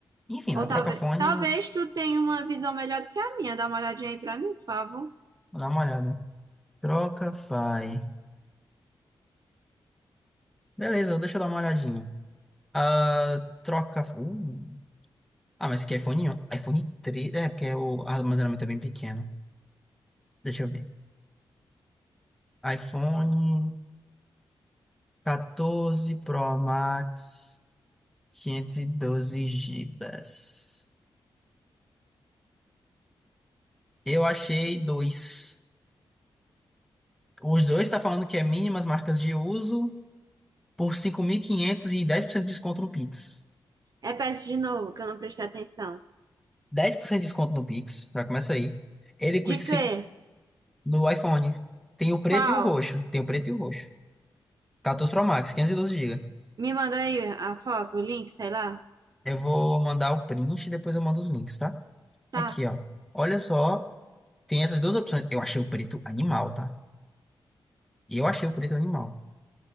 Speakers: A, in the centre; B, on the right.
A: Enfim,
B: Ou
A: na
B: talvez...
A: Trocafone,
B: Talvez tu tenha uma visão melhor do que a minha. Dá uma olhadinha aí pra mim, por favor.
A: vou dar uma olhada. Trocafy. Beleza, deixa eu dar uma olhadinha. Ah, troca... Uh. Ah, mas que iPhone... on- iPhone três É, porque o armazenamento é bem pequeno. Deixa eu ver. iPhone 14 Pro Max 512 GB. Eu achei dois. Os dois tá falando que é mínimas marcas de uso por 5.500 e 10% de desconto no Pix.
B: Repete de novo, que eu não prestei atenção.
A: 10% de desconto no Pix, já começa aí. Ele custa
B: De
A: 5
B: quê?
A: no iPhone. Tem o preto
B: Qual?
A: e o roxo. Tem o preto e o roxo. 14 Pro Max, 512 GB.
B: Me manda aí a foto, o link, sei lá.
A: Eu vou mandar o print e depois eu mando os links, tá?
B: Tá.
A: Aqui, ó. Olha só, tem essas duas opções. Eu achei o preto animal, tá? Eu achei o preto animal.